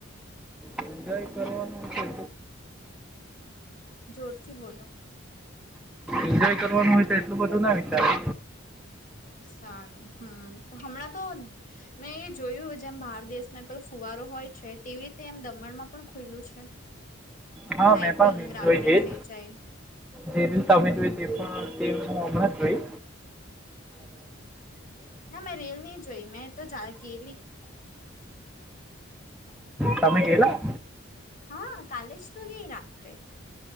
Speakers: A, in the centre; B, on the left.
A: એન્જોય કરવાનું છે
B: જોરથી બોલો
A: એન્જોય કરવાનું હોય તો એટલું બધું ના વિચારે
B: સારું હમ તો હમણાં તો મેં એ જોયું જેમ બાર દેશમાં પણ ફુવા હોય છે તેવી રીતે એમ દમણમાં પણ ખુલું છે
A: હા
B: લાાઈટિંગ
A: મેં પણ
B: રાત્રે
A: જોઈ છેજ
B: થઈ જાય
A: જે રીત તમે જોઈ તે પણ હ અમનાશભાઈ
B: ના મેં રેલ નહી જોઈ મેં તો જાય કેેવી
A: તમે ગલા
B: હા કાલે જ તો ગય રાત્રે